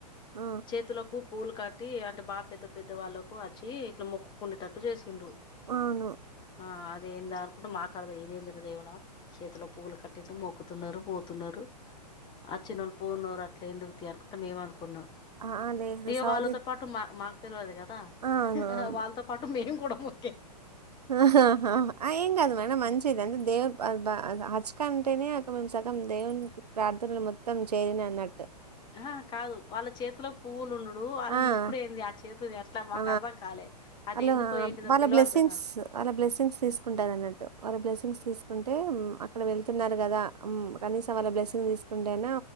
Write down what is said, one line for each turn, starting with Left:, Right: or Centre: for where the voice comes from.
Right: ఆ!
Left: చేతుల కూ పూలు కట్టి అంటే బాగా పెద్ద పెద్ద వాళ్ళకు వచ్చి ఇట్లా మొక్కుకున్నటట్టు చేసి రు
Right: అవును.
Left: ఆ అదేందా అనుకుంట మాకాడదా ఇదేందిర దేవుడా చేతిలో ఫుల్ కట్టి మొక్కుతున్నరు పోతున్నరు ఆ చిన్నోళ్ళు పోన్నారు అట్ల ఎందుకు అనుకుంటాం మేమ అనుకున్నాం
Right: ఆ! లేదు
Left: ఈగ
Right: సౌదీ
Left: వాళ్ళతో పాటు మా మాక్ తెల్వదు కదా
Right: అవునవును.
Left: వాళ్ళతో పాటు మేము కూడా మొ
Right: ఆహా ఆహా ఆ ఎం గాదు మేడం మంచిదే అంద దేవ్ బ హజ్ కు అంటేనే అ మేము సగం దేవునికి ప్రార్థనలు మొత్తం చేయరని అన్నట్టు
Left: అహా కాదు వాళ్ళ చేతిలో పువ్వులు ఉండుడు వాళ్ళని
Right: ఆ!
Left: ముక్కుడు ఏంది చేతుది అట్లా మాకు
Right: ఆ
Left: అర్థం కాలే అది
Right: అలా
Left: ఎందుకో ఏంటిదని
Right: వాళ్ళ
Left: తెలవాలి
Right: బ్లెస్సింగ్స్
Left: కదా
Right: ఆల్లు బ్లెస్సింగ్స్ తీసుకుంటదన్ టు వాళ్ళ బ్లెస్సింగ్స్ తీస్ అంటే అక్కడ వెళ్తున్నారు కదా ఉమ్ కనీసం వాళ్ళ బ్లెస్సింగ్ తీసుకుంటేనా